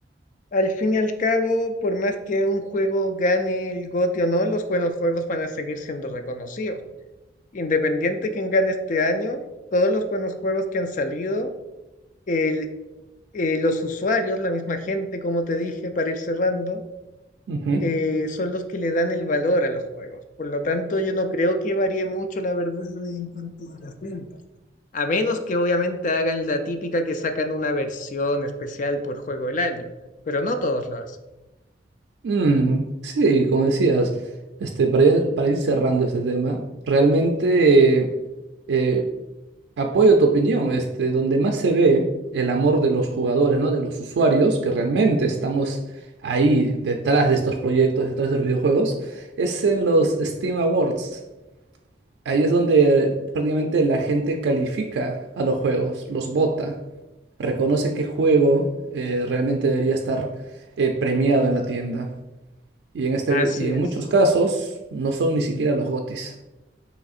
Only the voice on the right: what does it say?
Ujú.
Mm, sí, como decías, este, para ir, para ir cerrando este tema, realmente eh, apoyo tu opinión. Este, donde más se ve el amor de los jugadores, ¿no? De los usuarios, que realmente estamos ahí detrás de estos proyectos, detrás de los videojuegos, es en los Steam Awards. Ahí es donde prácticamente la gente califica a los juegos, los vota. reconoce qué juego eh, realmente debería estar eh, premiado en la tienda. Y en este,
y
en muchos casos no son ni siquiera los GOTYs.